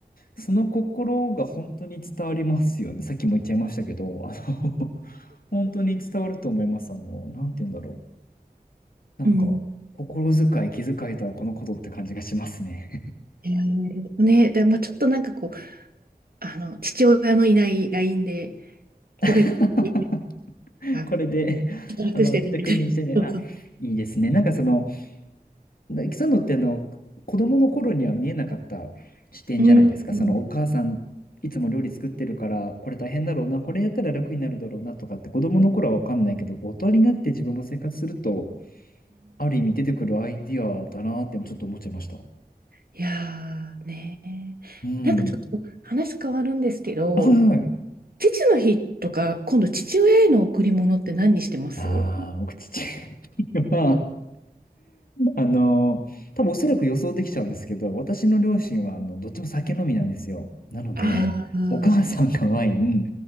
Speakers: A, on the left; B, on the right.
A: その心が本当に伝わりますよね。さっきも言っちゃいましたけど、あの <laughs> 本当に伝わると思います。あの、なんて言うんだろう。なんか、
B: うん。
A: 心遣い、気遣いとはこのことって感じがしますね。
B: いやね、でまあちょっとなんかこう、あの、父親のいない LINE で、個別に、
A: <laughs>
B: あ、
A: これで、
B: ちょっと楽してるみたいな。
A: あの、逆にしてね、あ、
B: そうそう
A: いいですね。なんかその、でそうなのってあの子供の頃には見えなかった視点じゃないですか。
B: うんうん
A: そのお母さんいつも料理作ってるからこれ大変だろうな、これやったら楽になるだろうなとかって子供の頃は分かんないけど、こう大人になって自分も生活するとある意味出てくるアイディアだなってちょっと思っちゃいました。
B: いやーね
A: うん。
B: なんかちょっと話変わるんですけど、
A: はいはい。
B: 父の日とか、今度父親への贈り物って何にしてます
A: ああ、僕父 <laughs> はあの、多分おそらく予想できちゃうんですけど、私の両親はあのどっちも酒飲みなんですよ。なので、
B: ああー、
A: お母さんがワイン、